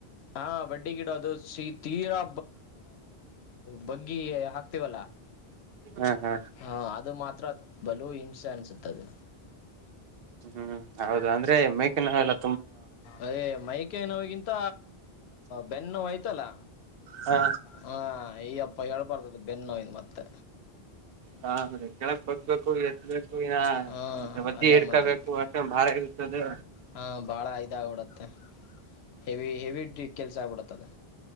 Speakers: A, on the left; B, on the right.
A: ಹ ಬಡ್ಡಿ ಗಿಡದು ಸಿ ತೀರಾ ಬಾಗ್ಗಿ ಹಾಕ್ ವಲ್ಲ
B: ಹ ಹಾ
A: ಹ ಅದು ಮಾತ್ರ ಬಲು ಹಿಂಸೆ ಅನಿಸುತ್ತೆ ಅದು
B: ಹ್ಮ್ ಹೌದ ಅಂದ್ರೆ ಮೈಕೈ ನೋವು ಎಲ್ಲಾ
A: ಅದೇ ಮೈಕೈ ನೋಗಿಂತ ಬೆನ್ನು ನೋಯ್ತಲ್ಲ
B: ಹ
A: ಹಾ ಈಯಾಪ್ಪ ಹೇಳ್ಬಾರ್ದ್ದ ಬೆನ್ನೋವಿಂದ ಮತ್ತೆ
B: ಹ ಕೆಳಕ್ ಬಗ್ಬೇಕು ಎತ್ತಬೇಕು
A: ಹಾ
B: ಮತ್ತೆ ಬಗ್ಗಿ
A: ಅದೇ
B: ಇಡ್ಕೋಬೇಕು
A: ಮತ್ತೆ
B: ಅಂತ ಬಾಳ ಇರುತ್ತದ್ದೆ
A: ಹಾ ಭಾಳ ಇದಯಾಗಬಿಡುತ್ತೆ ಹೆವಿ ಹೆವಿ ಡ ಕೆಲ್ಸ ಆಗಿಬಿಡುತ್ತೆ ಅದು